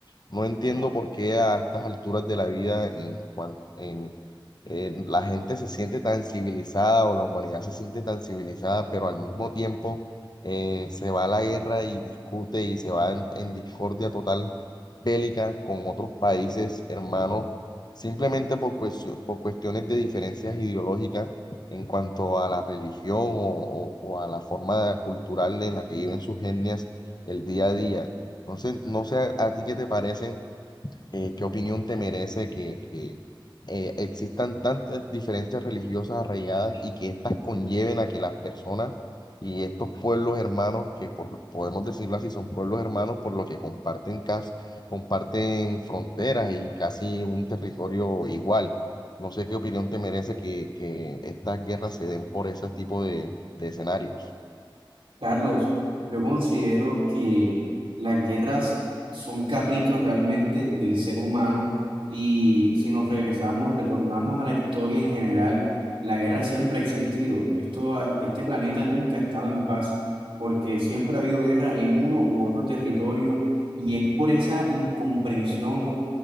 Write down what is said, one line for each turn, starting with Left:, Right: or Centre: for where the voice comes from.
Left: No entiendo por qué a estas alturas de la vida en, cuan- en, eh, la gente se siente tan civilizada o la humanidad se siente tan civilizada, pero al mismo tiempo eh, se va a la guerra y discute y se va en, en discordia total bélica con otros países hermanos, simplemente por, cuestio- por cuestiones de diferencias ideológicas en cuanto a la religión o, o o a la forma cultural en la que viven sus etnias el día a día. Entonces, no sé a, a ti qué te parece, eh, qué opinión te merece que, que, eh, existan tantas diferencias religiosas arraigadas y que éstas conlleven a que las personas y estos pueblos hermanos, que por- podemos decirlo así, son pueblos hermanos por lo que comparten, casi, comparten fronteras y casi un territorio igual. No sé qué opinión te merece que, que estas guerras se den por ese tipo de, de escenarios.
Right: Carlos, yo considero que las guerras son caprichos realmente del ser humano y si nos regresamos, retornamos a la historia en general, la guerra siempre ha existido. Esto, ha- este planeta nunca ha estado en paz porque siempre ha habido guerra en uno u otro territorio y es por esa incomprensión